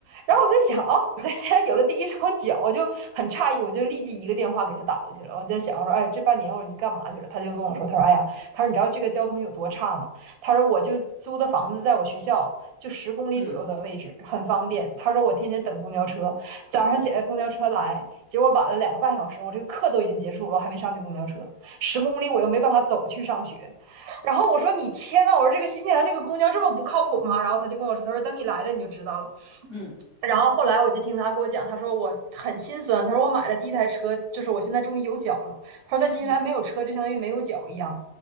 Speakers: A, on the right; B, on the left.
A: 然后我在想啊，我在新西兰有了第一双脚，我就很诧异，我就立即一个电话给他打过去了。我在想，我说，哎，这半年我说你干嘛去了？他就跟我说，他说，哎呀，他说你知道这个交通有多差吗？他说我就租的房子在我学校就十公里左右的位置，
B: 嗯
A: 很方便。他说我天天等公交车，早上起来公交车来，
B: 嗯
A: 结果晚了两个半小时，我这个课都已经结束了，我还没上去公交车，十公里我又没办法走去上学。然后我说你天呐，我说这个新西兰这个公交这么不靠谱吗？然后他就跟我说，他说等你来了你就知道了。
B: 嗯
A: 然后后来我就听他给我讲，他说我很心酸，他说我买了第一台车，就是我现在终于有脚了。他说在新西兰没有车就相当于没有脚一样，
B: 嗯。